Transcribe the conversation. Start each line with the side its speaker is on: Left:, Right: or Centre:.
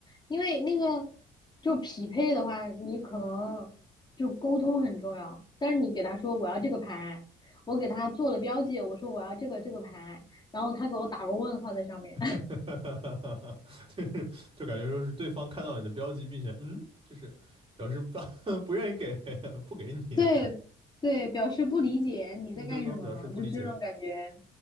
Left: 因为那个就匹配的话，你可能就沟通很重要，但是你给他说我要这个牌，我给他做了标记，我说我要这个这个牌，然后他给我打个问号在上面，
Right: <laughs> 哈哈哈哈哈，就是就感觉说是对方看到你的标记，并且嗯，就是表示不 <laughs> 不愿意给 <laughs>，不给你，
Left: <laughs> 对对，表示不理解你在干什么，
Right: 嗯，对方表示不理解，
Left: 就这种感觉，